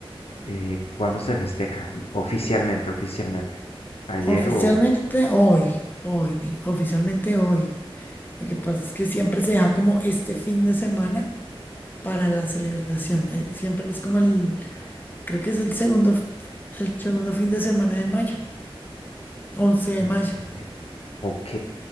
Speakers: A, on the left (about 85°); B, on the left (about 20°).
A: eh, ¿cuándo se festeja? Oficialmente, oficialmente. ¿Ayer
B: oficialmente
A: o hoy?
B: hoy, hoy, oficialmente hoy. Lo que pasa es que siempre se deja como este fin de semana para la celebración, eh, siempre es como el, creo que es el segundo, f- el segundo fin de semana de mayo, 11 de
A: Ah,
B: mayo.
A: ok. Ok,